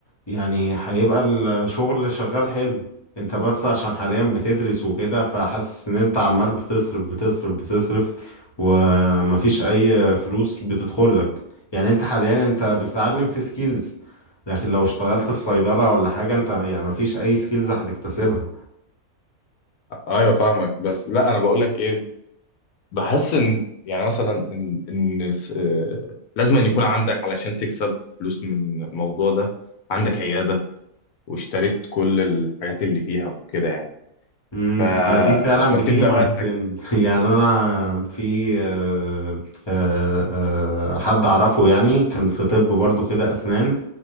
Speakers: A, on the left (about 25°); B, on the left (about 80°).
A: يعني هيبقى الشغل شغال حلو انت بس عشان حاليا بتدرس وكده فحاسس ان انت عمال بتصرف بتصرف بتصرف ومفيش اي فلوس بتدخلك يعني انت حاليا انت بتتعلم في سكيلز لكن لو اشتغلت في صيدلة ولا حاجة انت يعني مفيش اي سكيلز هتكتسبها
B: ايوه فاهمك بس لا انا بقول لك ايه بحس ان يعني مثلا ان ان الس- آه، لازم أن يكون عندك علشان تكسب فلوس من الموضوع ده عندك عياده واشتريت كل الحاجات اللي فيها وكده يعني
A: امم
B: ف...
A: ما دي فعلا
B: فبتبدا
A: بتيجي مع
B: بقى
A: السن
B: انك
A: <laughs> يعني انا في آه، آه، آه، حد اعرفه يعني كان في طب برضو كده اسنان